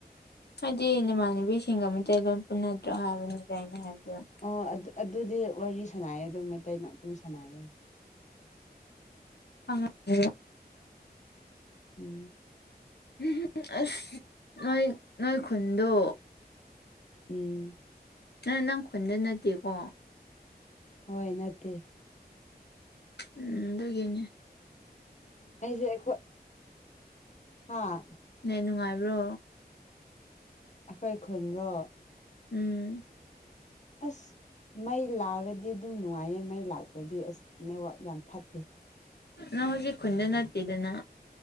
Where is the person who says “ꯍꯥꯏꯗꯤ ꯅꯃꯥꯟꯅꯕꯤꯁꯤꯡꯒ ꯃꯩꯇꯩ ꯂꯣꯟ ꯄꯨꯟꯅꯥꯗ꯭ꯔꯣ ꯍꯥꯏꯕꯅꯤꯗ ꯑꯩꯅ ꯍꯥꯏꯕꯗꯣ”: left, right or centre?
Left